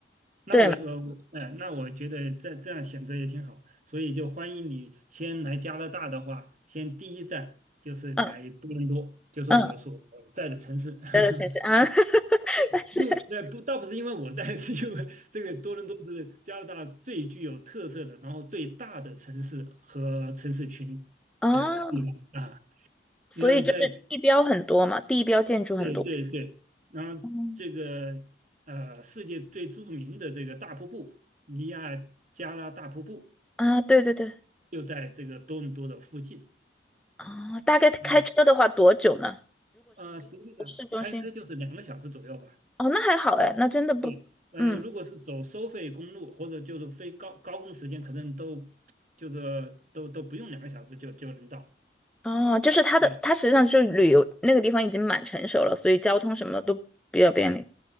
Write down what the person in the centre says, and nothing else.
对，
嗯
嗯，
待在城市啊，<laughs> 但是
啊，所以就是地标很多嘛，
地标建筑很多。
嗯啊，对对对，
啊，大概开车的话多久呢？
市中心？哦，那还好哎，那真的不，
嗯，
哦，就是它的，
它实际上就是旅游那个地方已经蛮成熟了，所以交通什么的都比较便利。